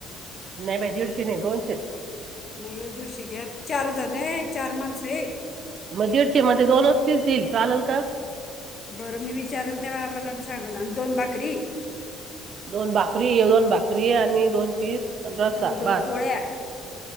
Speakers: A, on the right; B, on the left.
A: नाही बाई दीडशे नाही, दोनशेच.
B: नाही ओ दीडशे घ्या, चार जण आहे चार माणसं आहे.
A: मग दीडशे मध्ये दोनचं <unintelligible> चालेल का?
B: बरं मी विचारल तेव्हा आम्हाला सांगल, आणि दोन भाकरी
A: दोन भाकरी वेगळ, अण दोन भाकरी आणि दोन पीस रस्सा
B: अण दोन
A: भात
B: पोळ्या.